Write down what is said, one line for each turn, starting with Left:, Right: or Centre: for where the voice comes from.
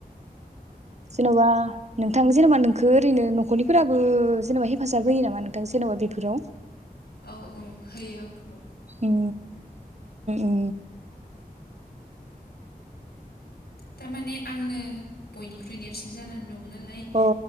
Right: जेन'बा नोंथां जेनेबा नोंखौ ओरैनो न'खरनिफोराबो जेनेबा हेफाजाब होयो नामा नोंथां जेन'बा बेफोराव
Left: औ औ होयो आंखौबो
Right: उ उ
Left: थारमाने आंनो बयनिख्रुइ देरसिन जानानै दङ मोननालाय
Right: औ